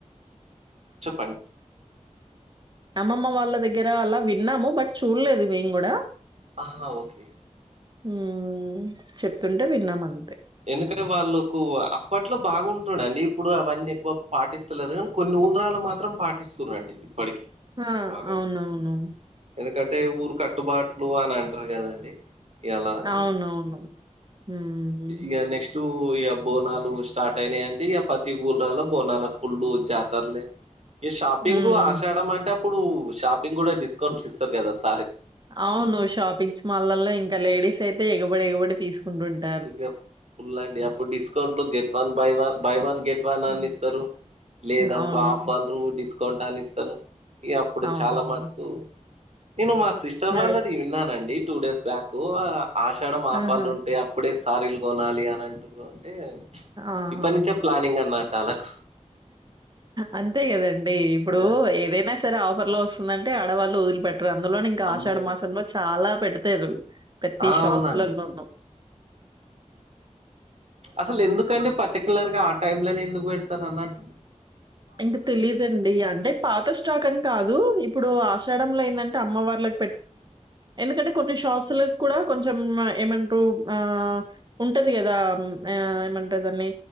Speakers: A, on the right (about 55°); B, on the right (about 35°).
A: చెప్పండి
B: అమ్మమ్మ వాళ్ళ దగ్గర అల విన్నాము బట్ చూడలేదు మేము కూడా
A: ఆహా ఓకే
B: ఉ చెప్తుంటే విన్నామం
A: ఎందుకంటే వాళ్ళకు అప్పట్లో బాగుంటుండండి ఇప్పుడు అవన్నీ ఎక్కువ పాటిస్తలేరు కానీ కొన్ని <unintelligible> మాత్రం పాటిస్తుండి ఇప్పటికి
B: ఆ!
A: బాగ
B: అవునవును.
A: ఎందుకంటే ఊరు కట్టుబాట్లు అని అంటారు కదండి ఇయాల అని
B: అవునవును హ్మ్.
A: ఇగ నెక్స్టు ఇగా బోనాలు స్టార్ట్ అయినా అంటే ఇక పతి <unintelligible> బోనాల ఫుల్ జాతర్లే ఈ షాపింగ్
B: హ్మ్.
A: ఆశాడం అంటే అప్పుడు షాపింగ్ కూడ డిస్కౌంట్లు ఇస్తారు కదా సార్
B: అవును షాపింగ్స్ మాల్లో ఇంకా లేడీస్ అయితే ఎగబడి ఎగబడి తీసుకుంటుంట
A: ఇ ఫుల్ అండి అప్పుడు డిస్కౌంట్లు get one buy one buy one get
B: హ్మ్.
A: అని ఇస్తారు లేదన్కో
B: అవును.
A: ఆఫర్ లు డిస్కౌంట్ అని ఇస్తారు ఇగ అప్పుడు
B: అవునవును.
A: చాల మటుకు నేను మా సిస్టర్
B: నడు
A: వాళ్ళది విన్నానండి టూ డేస్ బ్యాక్ ఆషాడ ఆఫాలరు
B: ఆహా!
A: ఉంటే అప్పుడే సారీలు కొనాలి అని అంటూరు అంటే
B: ఆహా!
A: ఇప్పటి నుంచే ప్లానింగ్ అన్నళ్కు
B: అంతే కదండి ఇప్పుడు
A: అదే అండి
B: ఏదైన సరే ఆఫ ఇలో వస్తుందంటే ఆడవాళ్ళు వదిలి పెట్టారు అందులోనే ఇంకా
A: అమ్మో
B: ఆషాఢ మాసంలో చాల పెడతారు ప్రతి
A: ఆ
B: షాప్స్లలోను
A: అవునండి అసలు ఎందుకండి పర్టిక్యలర్ గా ఆ టైమ్ లోనే ఎందుకు పెడత అన్నటు
B: ఇంగ తెలిదండి అంటే పాత స్టాక్ అని కాదు ఇప్పుడు ఆషాడంలో ఏందంటే అమ్మ వాళ్ళ ఎందుకంటే కొన్ని షాప్స్ లోకి కూడ కొంచం ఏమంట్రు <unintelligible> కదా ఏమంటారు దాన్ని